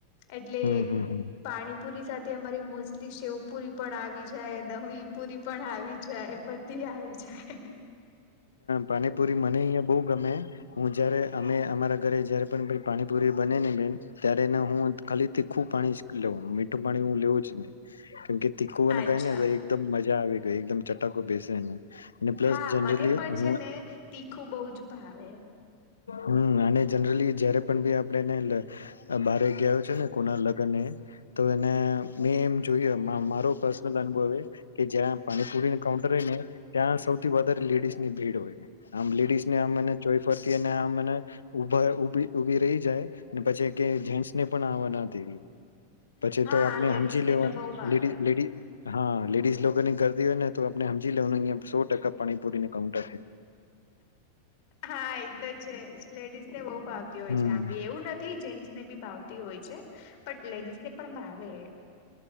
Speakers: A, on the left; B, on the left.
A: એટલે
B: હમ હમ હમ હમ
A: પાણીપુરી સાથે અમારી મોસ્ટલી શેવ પુરી પણ આવી જાય, દવી પુરી પણ આવી જાય, બધી આવી જાય.
B: પાણીપુરી મને અહિયાં બહુ ગમે હું જયારે અમે અમારા ઘરે જયારે પણ પાણીપુરી મને હેને બેન ત્યારેને હું ખાલી તીખું પાણી લઉ મીઠું પાણી હું લેવું જ નહી. કેમકે તીખું મને
A: અચ્છા
B: કઈ ન થાય મજા આવી ગઈ એકદમ ચટાકો બેસે ને. અને પ્લસ
A: હા
B: જનરલી
A: મને પણ
B: હું
A: છે ને તીખું બહુ જ ભાવે. વે.
B: હમ્મ અને જનરલી જયારે પણ બી આપડે એને બારે ગયા છે ને કોના લગ્ન એ તો એને મેં એમ જોયું મારો પર્સનલ અનુભવ હે કે જ્યાં પાણીપુરી કાઉન્ટર હોય ને ત્યાં સૌથી વધારે લેડીઝ ની ભીડ હોય. આમ લેડીસને આમ ચોઈ કે ને આ મને ઉભા ઉભી ઉભી રહી જાય ને પછી કે જેન્ટ્સને પણ આવવા ના દે. પછી
A: હા
B: તો આપને
A: લેડીઝ
B: સમજી
A: ને
B: લેવાનું
A: તો બહુ ભાવે
B: લેડીઝ લેડી હા, લેડીઝ લોકોની કરદી હોય ને તો આપણે હમજી લેવાનું કે સો ટકા પાણીપૂરીને કાઉન્ટર હે.
A: હા એ તો છે લેડીસ તે બહુ ભાવતી હોય
B: હમ
A: છે આમી એવું નથી જેન્ટ્ સ ને બી ભાવતી હોય છે પણ લેડીઝ ને પણ ભાવે.